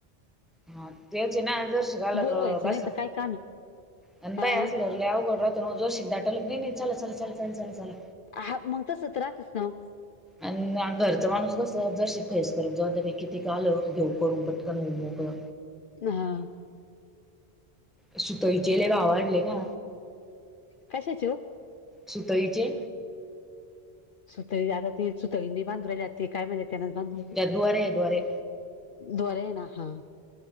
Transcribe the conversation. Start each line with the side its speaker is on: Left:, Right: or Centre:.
Centre: हा तेचे ना जरशी का आला
Left: बोर
Centre: क
Left: व्हायचं
Centre: बसा
Left: नाही तर काय काम आहे
Centre: आणि
Left: हा
Centre: बाय असल- लय अवघड जो शिकदाट नाही नाही चला चला चला चला चला चला...
Left: हा म तर सत्रातच ना.
Centre: आणि घरचा माणूस कसं जशी खेच करत जाऊ द्या पैकी ती कालं घेऊ करून पटकन होऊ मोकळा.
Left: हा.
Centre: सुतईचेले ला आवाडले ना.
Left: कशाची ओ?
Centre: सुतईचे
Left: सुतळी आता ते सुतळीनी बांधरवली ते काय म्हणजे त्यानाच बांधर.
Centre: त्या द्वरे द्वरे.
Left: द्वारेन हा.